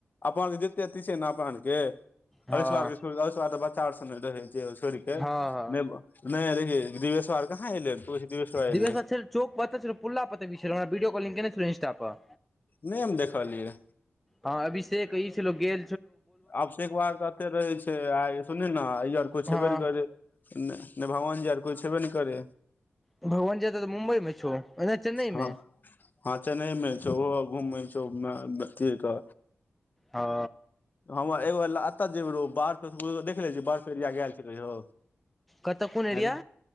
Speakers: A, on the left; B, in the centre.
A: अपन जतेक ती छै नेके
B: हँ
A: ऐशर्य ऐश्वार तऽ बच्चा आर रहै छै सोर्य के
B: हँ हँ
A: <unintelligible> नहि रहिय गिवेश्वर आर कहाँ एलै तू दिवेश्वर
B: दिवेश
A: एलेै
B: बा छल चौक पता छल पुला पीरा भीडियो कलिंग केने छलौ इंस्टा पर
A: नहि हम देखलिय
B: हँ अभीशेक ई छै लो गे
A: आब से एकब एते रहै छै आइ सुन ने ई आर कोछ
B: हँ
A: छेबे नहि कर नहि भगवान जी आर कोइ छेबे ने कर
B: भगवान ज त मुम्बई मे छौना चेन्नईम
A: हँ हँ चेन्नई मे छौ घूमै छौ अ
B: हँ
A: हमर एगो एत ज जेबौ ब देख ले छियै बर्फ एरिया गेल छलै ह
B: कतऽ कोन एरिया
A: अरे